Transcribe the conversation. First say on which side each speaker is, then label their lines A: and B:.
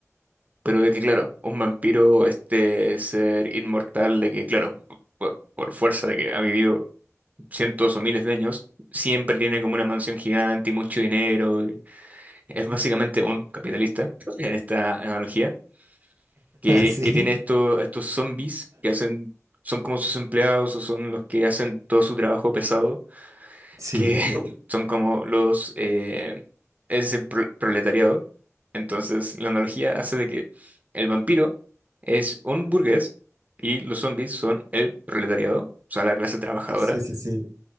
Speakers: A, on the right; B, on the right.
A: Pero de que, claro, un vampiro, este ser inmortal, de que, claro, por, por fuerza de que ha vivido cientos o miles de años, siempre tiene como una mansión gigante y mucho dinero. y es básicamente un capitalista, <laughs> en esta analogía, que,
B: <laughs> Sí.
A: que tiene esto- estos zombies que hacen, son como sus empleados o son los que hacen todo su trabajo pesado
B: Sí,
A: que <laughs> son como los eh, ese pro- proletariado. Entonces, la analogía hace de que el vampiro es un burgués y los zombies son el proletariado, o sea, la clase trabajadora.
B: sí, sí, sí.